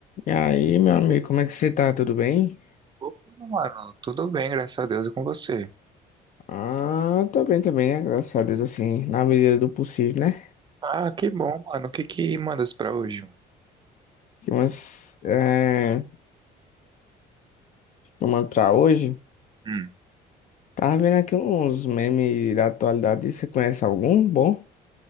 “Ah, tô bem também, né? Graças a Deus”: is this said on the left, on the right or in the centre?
Left